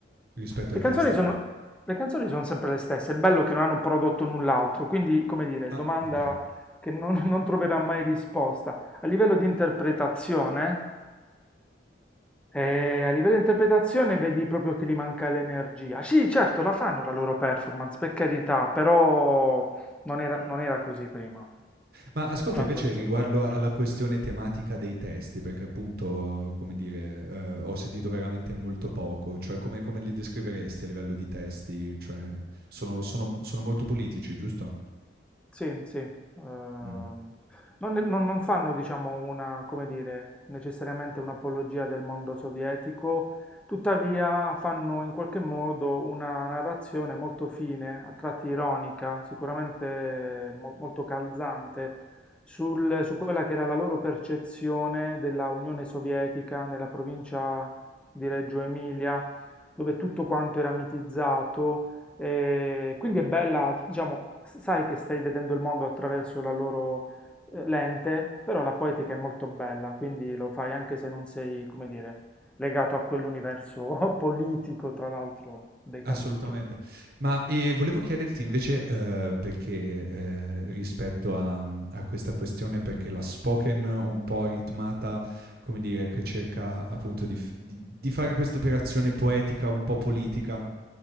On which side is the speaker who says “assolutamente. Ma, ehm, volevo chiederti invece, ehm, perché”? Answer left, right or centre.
Right